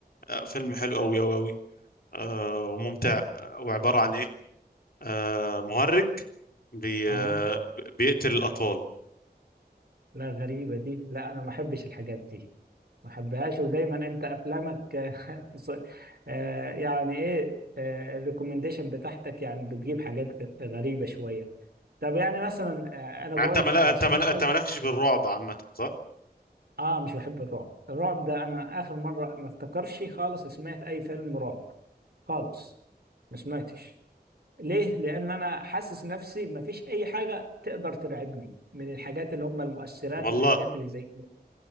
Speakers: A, on the left; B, on the right.
A: آه، فيلم حلو قوي قوي قوي آه، وممتع آه، وعبارة عن إيه آه، مهرج بي
B: اه
A: آه، بيقتل الأطفال
B: لا غريبه دي لا انا ما احبش الحاجات دي ما احبهاش ودايما انت افلامك <laughs> تص- آه، يعني ايه الريكومنديشن بتاعتك يعني بتجيب حاجات غ- غريبه شويه طب يعني مثلا آه، انا
A: يعني
B: بقول
A: أنت ملا
B: لك حاجه
A: أنت
B: سمعت
A: ملا أنت
B: حاجه
A: مالكش في الرعب عامة صح؟
B: اه مش بحب الرعب الرعب ده انا اخر مره ما افتكرش خالص سمعت اي فيلم رعب خالص ما سمعتش ليه؟ لأن أنا حاسس نفسي مفيش أي حاجة تقدر ترعبني من الحاجات اللي هم المؤثرات
A: والله
B: والحاجات اللي زي كده